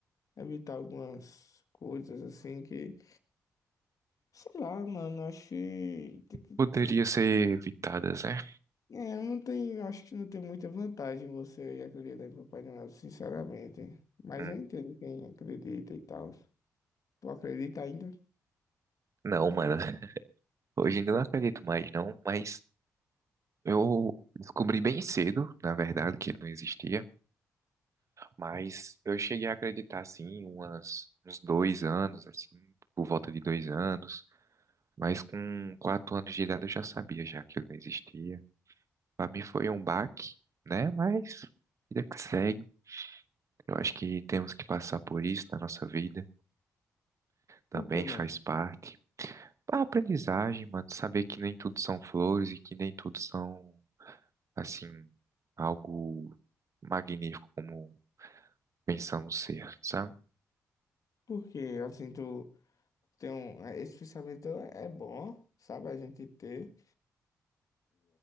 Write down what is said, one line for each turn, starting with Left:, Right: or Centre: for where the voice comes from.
Left: evitar algumas coisas assim que, sei lá, mano, acho que, tem que-
Right: Poderia ser evitadas, né?
Left: é, eu não tenho, acho que não tem muita vantagem você acreditar em Papai Noel, sinceramente. Mas
Right: Hum,
Left: eu entendo quem acredita e tal. Tu acredita ainda?
Right: Não, mano. Hoje ainda não acredito mais, não. Mas eu descobri bem cedo, na verdade, que ele não existia. Mas eu cheguei a acreditar, assim, umas, uns dois anos, assim, por volta de dois anos. Mas com quatro anos de idade eu já sabia já que ele não existia. Para mim foi um baque, né? Mas vida que segue. Eu acho que temos que passar por isso na nossa vida. Também
Left: Por quê, mano?
Right: faz parte. A aprendizagem, mano, saber que nem tudo são flores e que nem tudo são, assim, algo magnífico como pensamos ser, sabe?
Left: Porque assim, tu tem um, é, esse pensamento é bom, sabe, a gente ter.